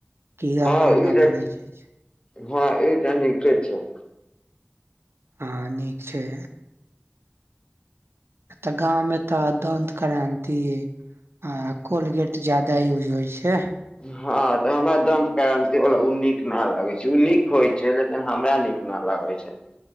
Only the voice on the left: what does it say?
हँ
ई तऽ
हँ ई त नीके छै
हं त हमरा दंत क्रान्ति वाला उ निक न लागे छै उ निक होय छै लेकिन हमरा निक न लागे होइ छै